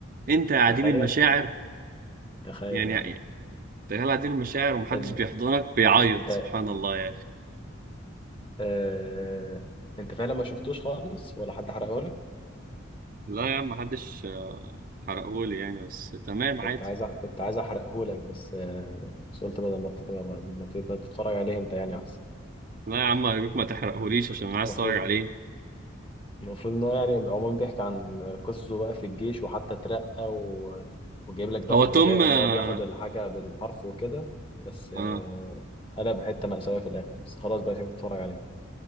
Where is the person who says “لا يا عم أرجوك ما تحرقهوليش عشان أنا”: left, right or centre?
Right